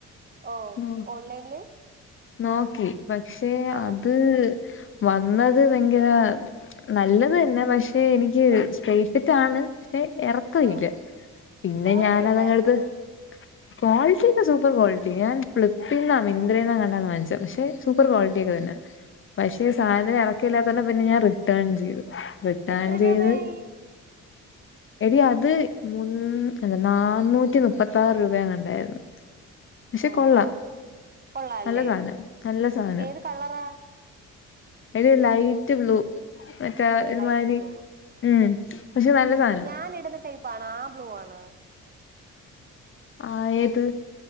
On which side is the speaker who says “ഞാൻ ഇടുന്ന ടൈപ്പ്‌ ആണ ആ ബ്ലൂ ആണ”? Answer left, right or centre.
Right